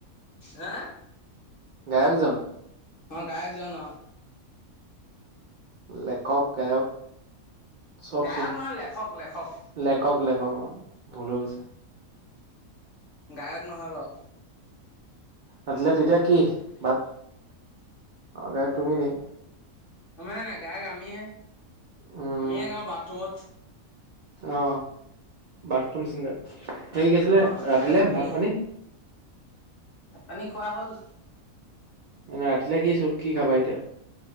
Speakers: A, on the left; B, on the right.
A: হে?
B: গায়কজন?
A: অ, গায়ক জন অ।
B: লেখক, গায়ক চব
A: গায়ক
B: চোন।
A: নহয় লেখক লেখক
B: লেখক, লেখক অ, ভুল হৈ গৈছো।
A: গায়ক নহয় বাও।
B: ৰাতিলে তেতিয়া কি? ভাত অ, অৰ্ডাৰ তুমি নি?
A: গম পাইছ নাই গায়ক আমিহে,
B: উম
A: আমিহে গাও বাথৰুমত।
B: অ, বাথৰুম চিংগাৰ। হেৰি কি আছিলে,
A: অ গায়ক
B: ৰাতিলে
A: আমিহে
B: ভাত পানী?
A: ভাত পানী খোৱা হ'ল।
B: এনেই ৰাতিলে কি চ কি খাবা এতিয়া?